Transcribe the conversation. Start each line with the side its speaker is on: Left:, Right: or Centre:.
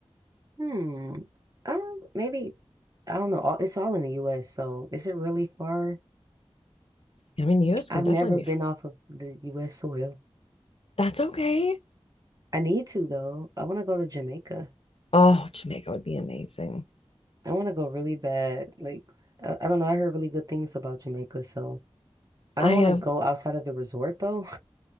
Right: Hmm. Um, maybe I don't know. All, it's all in the US, so is it really far?
Left: I mean, US can
Right: I've
Left: definitely
Right: never been
Left: be far.
Right: off of the US soil.
Left: That's okay.
Right: I need to though. I want to go to Jamaica.
Left: Oh, Jamaica would be amazing.
Right: I want to go really bad. Like I, I don't know, I heard really good things about Jamaica, so I
Left: I
Right: don't
Left: have
Right: want to go outside of the resort though.